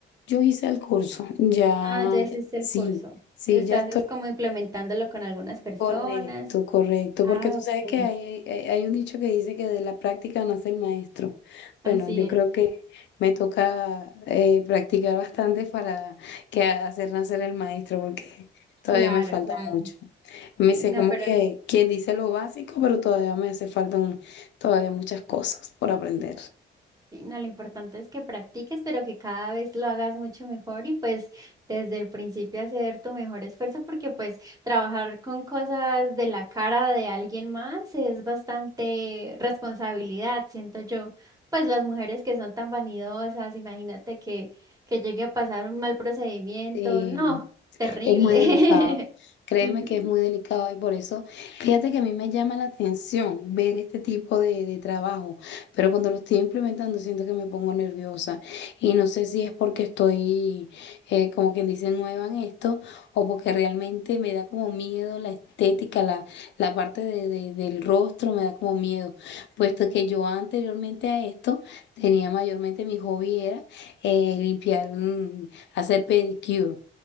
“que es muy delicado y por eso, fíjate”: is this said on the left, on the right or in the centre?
Left